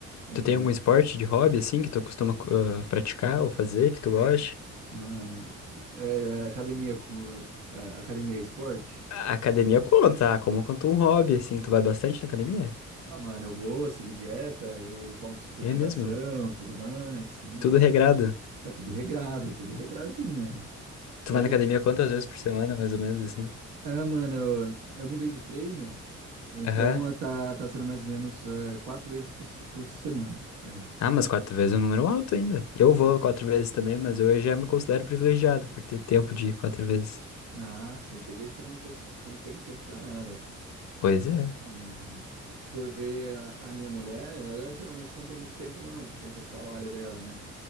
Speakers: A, on the right; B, on the left.
A: entendeu?
B: Tu tem algum esporte de hobby, assim, que tu costuma ah, praticar ou fazer, que tu gosta?
A: Mano, é, academia com é, academia é esporte?
B: A academia conta, ah, como conta um hobby, assim. Tu vai bastante na academia?
A: Ah, mano, eu vou, sigo dieta, eu tomo suplementação,
B: É mesmo.
A: tudo mais, sim,
B: Tudo
A: eu vou.
B: regrado.
A: É tudo regrado, tudo regradinho, mano. Certo?
B: Tu vai na academia quantas vezes por semana, mais ou menos, assim?
A: Ah, mano, eu, eu mudei de treino, então
B: Aham.
A: tá, tá sendo mais ou menos é, quatro vezes por, por semana. Aí.
B: Ah, mas quatro vezes é um número alto ainda. Eu
A: Ah,
B: vou quatro
A: sim
B: vezes também, mas eu já me considero privilegiado por ter tempo de ir quatro vezes.
A: Ah, sim, tem gente que não, cons- não tem tempo para nada.
B: Pois é.
A: Uhum. Se for ver a, a minha mulher, ela geralmente não tem muito tempo, não, por conta do trabalho dela, né?